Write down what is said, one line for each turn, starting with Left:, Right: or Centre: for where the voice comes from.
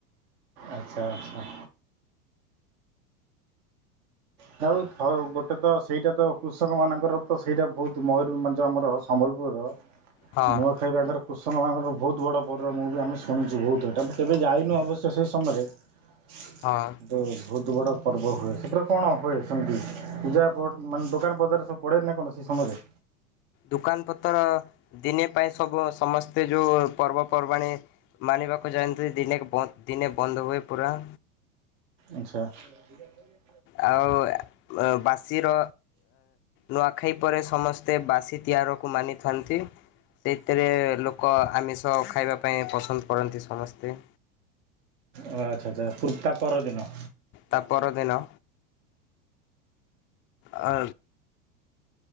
Right: ଆଛା ଆଚ୍ଛା। ଥାଉ ଥାଉ ଗୋଟେ ତ ସେଇଟା ତ କୃଷକ ମାନଙ୍କର ତ ସେଇଟା ବହୁତ ମୟୁର ମାନେ ଜଉ ଆମର ସମ୍ବଲପୁରର
Left: ହଁ
Right: ନୂଆଖାଇବାଙ୍କର କୃଷକ ମାଙ୍କର ବହୁତ ବଡ଼ ବର୍ଡ଼ ମୁଁ ବି ଆମେ ଶୁଣିଛୁ ବହୁତ ଏଟା ମୁଁ କେବେ ଯାଇନୁ ଅବଶ୍ୟ ସେହି ସମୟରେ ହ।
Left: ହଁ।
Right: ବହୁତ ବଡ଼ ପର୍ବ ହୁଏ ସେଟା। କଣ ହୁଏ ସେମିତି ପୂଜା ପ ମାନେ ଦୋକାନ ବଜାରରେ ସବୁ ପଡେ ନା କଣ ସେ ସମୟରେ।
Left: ଦୋକାନ ପତର ଦିନେ ପାଇଁ ସବୁ ସମସ୍ତେ ଯୋଉ ପର୍ବପର୍ବାଣି ମାନିବାକୁ ଯାଆନ୍ତି ଦିନେ ଦିନେ ବନ୍ଦ ହୁଏ ପୁରା।
Right: ଆଚ୍ଛା। ଠିକ।
Left: ଆଉ ବାସିର ନୂଆଖାଇ ପରେ ସମସ୍ତ ସେ ବାସି ତିଆରକୁ ମାନିଥାନ୍ତି। ସେଇଥିରେ ଲୋକ ଆମିଷ ଖାଇବା ପାଇଁ ପସନ୍ଦ କରନ୍ତି ସମସ୍ତେ
Right: ଓ ଆଚ୍ଛା ଆଚ୍ଛା ପୁର ତା ପରଦିନ।
Left: ତା ପରଦିନ ଆ